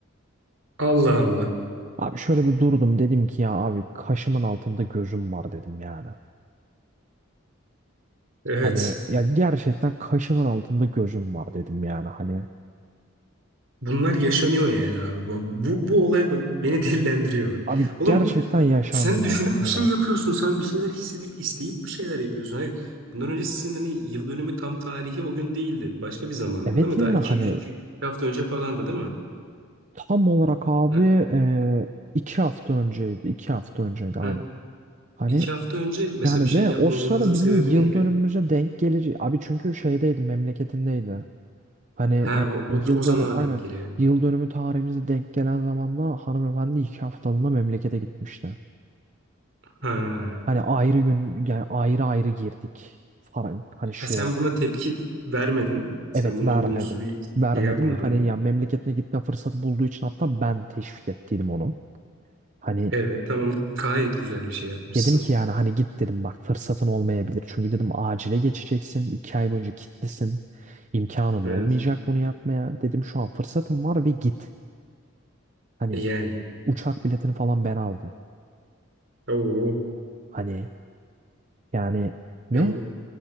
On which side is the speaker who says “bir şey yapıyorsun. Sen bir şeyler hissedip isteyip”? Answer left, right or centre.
Right